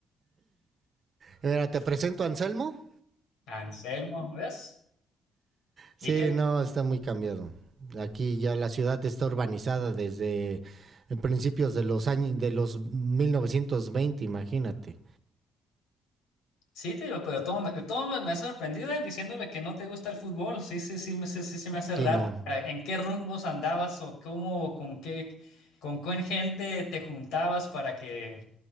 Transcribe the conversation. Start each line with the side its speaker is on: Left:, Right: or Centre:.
Right: Mira, te presento a Anselmo.
Left: Anselmo, ¿ves? Y
Right: Sí,
Left: que,
Right: no, está muy cambiado. Aquí ya la ciudad está urbanizada desde principios de los años de los 1920. imagínate.
Left: sí, te digo, pero todo me, de todo me, me ha sorprendido eh, diciéndole que no te gusta el fútbol. Sí, sí, sí, me- sí, sí, sí me hace raro.
Right: Sí, no.
Left: Eh, ¿En qué rumbos andabas o cómo, con qué, con qué gente te juntabas para que,